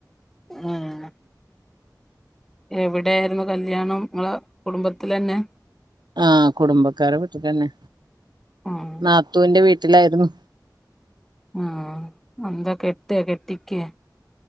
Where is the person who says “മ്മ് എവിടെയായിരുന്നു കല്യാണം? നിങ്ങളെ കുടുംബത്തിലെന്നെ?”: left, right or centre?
Centre